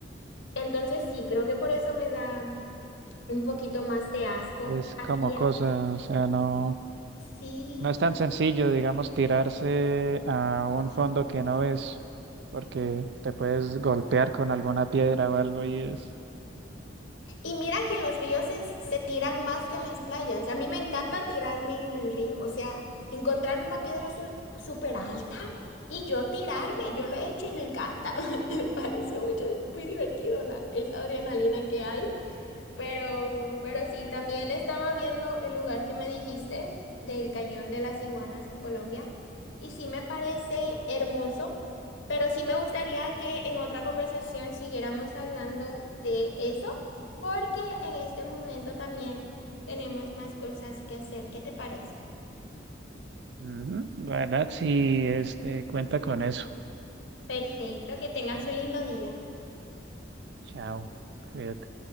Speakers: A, on the left; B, on the right.
A: Entonces sí, creo que por eso me da un poquito más de asco.
B: Es
A: Aquí
B: como cosa,
A: hay,
B: o sea, no,
A: sí.
B: no es tan sencillo, digamos, tirarse a un fondo que no ves, porque te puedes golpear con alguna piedra o algo y es...
A: Y mira que en los ríos se, se tiran más que en las playas. A mí me encanta tirarme en el río, o sea, encontrar una piedra su- súper alta y yo tirarme, yo lo he hecho y me encanta. <laughs> Me parece mucho, di- muy divertido la, esa adrenalina que hay. Pero, pero sí, también estaba viendo el lugar que me dijiste del Cañón de las Iguanas en Colombia y sí me parece hermoso, pero sí me gustaría que en otra conversación siguiéramos hablando de eso porque en este momento también tenemos más cosas que hacer. ¿Qué te parece?
B: Ujú, La verdad, sí, este, cuenta con eso.
A: Perfecto, que tengas un lindo día.
B: Chao. cuídate.